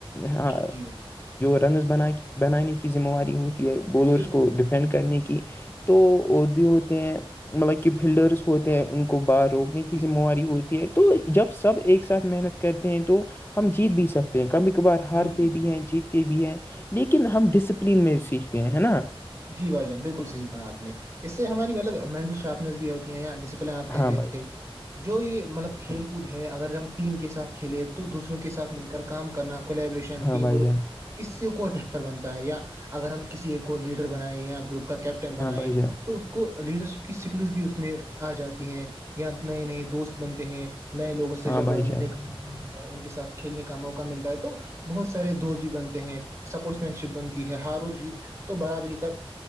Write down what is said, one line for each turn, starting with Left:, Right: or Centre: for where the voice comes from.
Left: ہاں
Right: جی بھائی جان
Left: رنز بن بنانے کی ذمہواری ہوتی ہے بولرس
Right: بالکل
Left: کو ڈیفینڈ کرنے کی تو
Right: جی
Left: اور بھی ہوتے ہیں مطلب کہ فلڈرس ہوتے ہیں ان کو باہر روکنے کی
Right: جی
Left: ذمہواری ہو ہے تو جب سب ایک ساتھ محنت کرتے ہیں تو ہم جیت بھی سکتے کبھی کبھار ہارتے
Right: جی بھائی جان
Left: بھی ہیں جیتتے بھی ہیں لیکن ہم ڈسپلین میں سیکھتے ہیں ہے نا
Right: جی بھائی جان بالکل صح کہا آپ نے اس سے ہماری مطلب مینٹل شارپنیس بھی ہوتی یا ڈسپلن آپہ
Left: ہاں
Right: رہے ہیں
Left: بھائی
Right: تھے
Left: جان
Right: جو یہ مطلب کھیل کود ہے اگر ہم ٹیم کے ساتھ کھیلے تو دوسروں کے ساتھ مل کر کام کرنا کولیبریشن
Left: ہاں
Right: ٹیم
Left: بھائی
Right: ورک
Left: جان
Right: اس سے کوئی بہتر بنتا ہے یا اگر ہم کسی کو لیڈر بنائیں یا گروپ کا کیپٹن بنائے
Left: ہاں بھائی جان
Right: تو اس کو لیڈرشپ کی سکلس بھی اس میں آ جاتی ہیں یا نئے نئے دوست بنتے ہیں نئے لوگوں سے
Left: ہاں
Right: جب
Left: بھائی
Right: ملنے
Left: جان
Right: کا ان کے ساتھ کھیلنے کا موقع ملتا ہے تو بہت سارے دوست بھی بنتے ہیں سپورٹس مین شپ بنتی ہے ہار اور جیت تو برابری کا